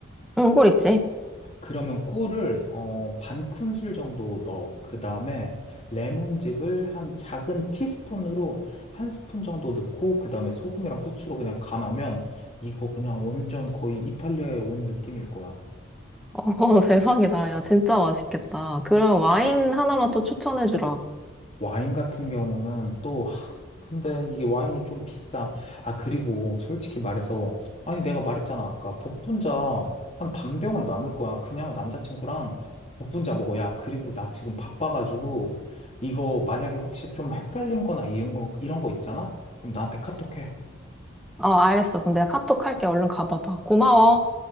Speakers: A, in the centre; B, on the left (about 30°).
A: 응, 꿀 있지.
B: 그러면 꿀을 어, 반 큰술 정도 넣어. 그 다음에 레몬즙을 한 작은 티스푼으로 한 스푼 정도 넣고 그 다음에 소금이랑 후추로 그냥 간하면 이거 그냥 완전 거의 이탈리아에 온 느낌일 거야.
A: 어, 대박이다. 야, 진짜 맛있겠다. 그럼 와인 하나만 또 추천해주라.
B: 와인 같은 경우는 또, 하, 근데 이게 와인이 좀 비싸. 아, 그리고 솔직히 말해서, 아니, 내가 말했잖아, 아까. 복분자 한 반 병은 남을 거야. 그냥 남자친구랑 복분자 먹어. 야, 그리고 나 지금 바빠가지고, 이거 만약에 혹시 좀 헷갈린 거나 이런 거, 이런 거 있잖아? 그럼 나한테 카톡해.
A: 어, 알겠어. 그럼 내가 카톡 할게. 얼른 가봐봐. 고마워.